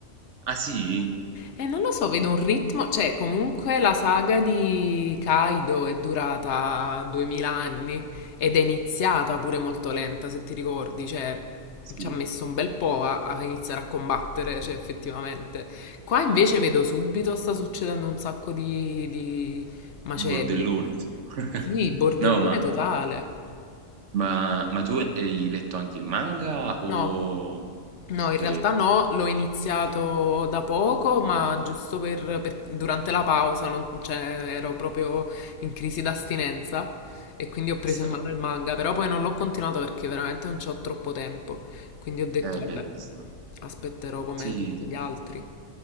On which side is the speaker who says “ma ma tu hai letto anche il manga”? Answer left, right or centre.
Right